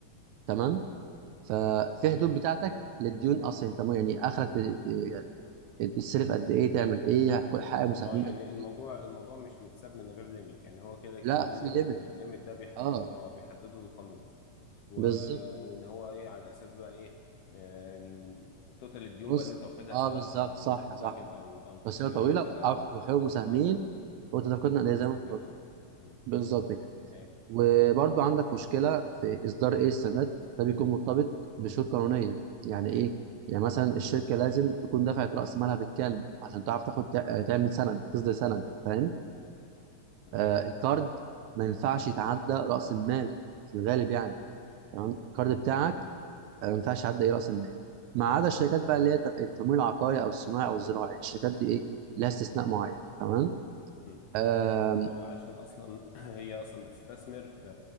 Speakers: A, on the right; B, on the left.
A: تمام ففي
B: تمام
A: حدود بتاعتك للديون اصلا تمام يعني اخرك ت- ت- يعني تصرف قد ايه تعمل ايه كل حاجه مساهمين
B: اه يعني
A: قد
B: الموضوع
A: ايه
B: الموضوع مش متساب من غير ليميت يعني هو كده كده
A: لا
B: ليه
A: في
B: ليميت
A: ليميت
B: والليميت ده بيحدده
A: اه
B: اه بيحدده القانون و...
A: بالظبط
B: وان هو ايه على اساس بقى ايه آه، ال- توتال الديون
A: بص
B: بقى اللي انت واخدها
A: اه
B: سواء
A: بالظبط
B: آه، طويله
A: صح
B: الاجل
A: صح
B: او او قصيره
A: بس هي طويله
B: او كده
A: أو-
B: و...
A: وحقوق مساهمين
B: اه
A: وتدفقات
B: هم
A: نقديه زي
B: مساهمين
A: ما انت قلت
B: اه مم.
A: بالظبط كده
B: تمام
A: وبرضو عندك مشكلة في إصدار إيه السداد ده بيكون مرتبط بشروط قانونية يعني إيه؟ يعني مثلا الشركة لازم تكون دفعت رأس مالها بالكامل عشان تعرف تاخد تع- تعمل سند تصدر سند فاهم؟
B: تمام
A: آه الكارد ما ينفعش يتعدى رأس المال في الغالب يعني تمام الكارد بتاعك
B: مم.
A: آه، ما ينفعش يعدى إيه رأس المال ما عدا الشركات بقى اللي هي ت- التمويل العقاري أو الصناعي أو الزراعي الشركات دي إيه؟ لها استثناء معين تمام؟
B: مم.
A: آه
B: اللي هو علشان اصلا <clears throat> هي اصلا بتستثمر في